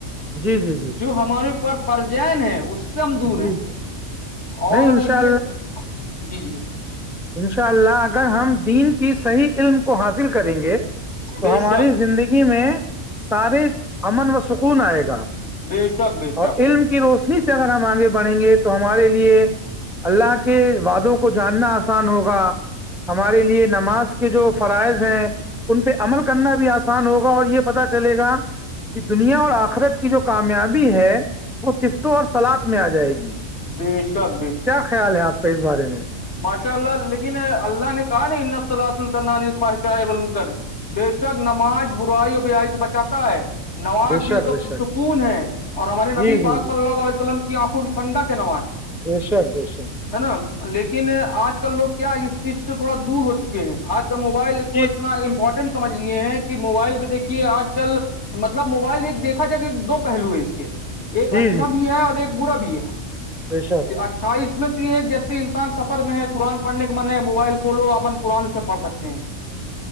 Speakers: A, in the centre; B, on the left.
A: جی جی جی
B: جو ہمارے اوپر فرض عین ہے اس ہم دور
A: جی
B: ہیں
A: جی
B: اور
A: نہیں انشاء
B: یہ جی جی
A: ان شاء اللہ اگر ہم دین کی صحیح علم کو حاصل کریں گے تو
B: بے
A: ہماری
B: شک
A: زندگی میں سارے امن و سکون آئے گا
B: بے شک بے شک
A: اور علم کی روشنی سے اگر ہم آگے بڑھیں گے تو ہمارے لیے اللہ کے وعادوں کو جاننا آس نان ہوگا ہمارے لیے نماز کے جو فرائض ہیں ان پہ عمل کرنا بھی آسان ہوگا اور یہ پتا چلے گا کہ دنیا اور آخرت کی جو کامیابی ہے وہ صفتوں اور سلاد میں آ جائے گی
B: بیشک
A: کیا خیال ہے آپ کے اس بارے میں
B: ماشاء اللہ لیکن اللہ نے کہا نا ان سلاد الترن خواہشائےلم کر بے شک نماز برائی اور بیائی سے بچاتا ہے نماز
A: بے
B: دل
A: شک
B: کا
A: بے
B: سکون
A: شک
B: ہے اور ہمارے
A: جی
B: نبی
A: جی
B: پاک
A: جی
B: صلی اللہ علیہ ولم کی آنکھوں کی ٹھنڈا کی نماز
A: بیشک بیشک
B: ہے نا لیکن آج کل لوگ کیا اس چیز سے تھوڑا دور ہو چکے ہیں آج کل موبائل کو
A: جی
B: اتنا امپورٹنٹ سمجھ لیے ہیں کہ موبائل پہ دیکھیے آج کل مطلب موبائل ایک دیکھا جب ایک دو پہلو ہیں اس کے ایک
A: جی
B: اچھا بھی ہے اور ایک برا بھی ہے
A: بیشک
B: اچھا اس میں بھی یہ ہے ایک جیے انس سفر میں ہے قرآن پڑھ کے من ہے موبائل کھولو اپن قرآن اس میں پڑھ سکتے ہیں